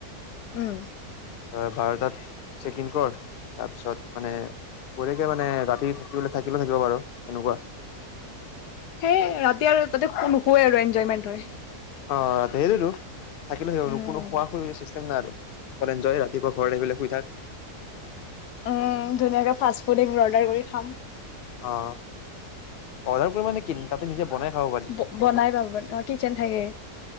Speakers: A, on the left; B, on the left.
A: উম
B: ত বাৰটাত চেকিণ্ড কৰ তাৰ পিছত মানে গৰেকে মানে ৰাতি থাকিব থাকিলে থাকিব পাৰ তেনেকুৱা
A: সেই ৰাতি আৰু তাতে নুশোৱে আৰু এনজয়মেন্ট হয়
B: আ <unintelligible> তো থাকিলেই
A: উম
B: নো খোৱা খুই চিষ্টে তো অকল এনজয় ৰাতিপুৱা ঘৰ আহি পাই শুই থাক
A: উম ধুনীয়াকে ফাচ ফুড অৰ্ডাৰ কৰি খাম
B: অ অৰ্ডাৰ কৰিব নে কিন তাতো নিজে বনাই খাব পাৰি
A: ব বনাই পাব কিচেন থাকে